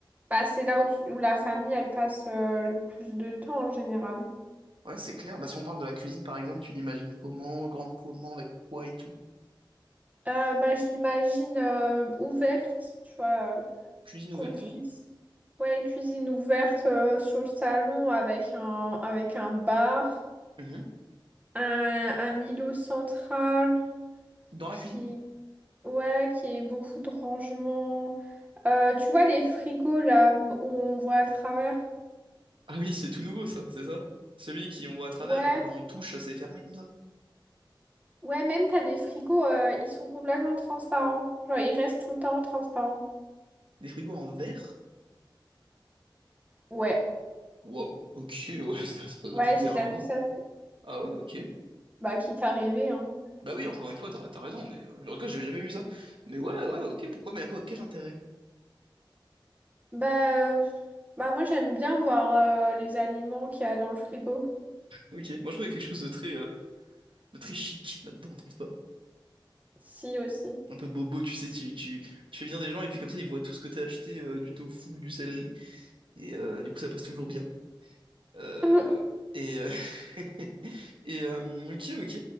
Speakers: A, on the right; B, on the right.
A: Bah, c'est là où, tu- où la famille, elle passe euh, le plus de temps en général.
B: Ouais, c'est clair. Bah si on parle de la cuisine par exemple, tu l'imagines comment, grande comment, avec quoi et tout.
A: Euh, bah, je l'imagine euh, ouverte, tu vois, euh,
B: Cuisine
A: qu'on
B: ouverte,
A: puisse...
B: ouais.
A: Ouais, une cuisine ouverte euh, sur le salon avec un, avec un bar,
B: Mhm.
A: un, un îlot central
B: Dans la
A: qui
B: cuisine?
A: Ouais, qu'il y ait beaucoup de rangement. Euh, tu vois les frigos là m- où on voit à travers?
B: Ah oui, c'est tout nouveau ça, c'est ça? Celui qui on voit à travers,
A: Ouais,
B: mais quand on touche, c'est fermé comme ça.
A: ouais, même t'as des frigos, euh, ils sont complètement transparents. Genre ils restent tout le temps transparents.
B: Des frigos en verre?
A: Ouais,
B: Waouh, ok, ouais, <laughs> ça, ça doit
A: ouais,
B: coûter
A: j'ai
B: un
A: déjà
B: bras.
A: vu ça.
B: Ah ouais, ok.
A: Bah quitte à rêver, hein.
B: Bah oui, encore une fois, t'as, t'as raison, mais euh, en tout cas, j'avais jamais vu ça. Mais ouais, ouais, ok, pourquoi, mais à quoi, quel intérêt?
A: Bah, euh, bah moi j'aime bien voir euh, les aliments qu'il y a dans le frigo.
B: Ok. Moi, je trouve qu'il y a quelque chose de très, euh, de très chic là-dedans, trouve pas?
A: Si aussi.
B: Un peu bobo, tu sais, tu, tu, tu fais venir des gens et puis comme ça, ils voient tout ce que t'as acheté, euh, du tofu ou du céleri, et euh, du coup, ça passe toujours bien. Euh,
A: <laughs>
B: et, euh, <laughs> et euh, ok, ok.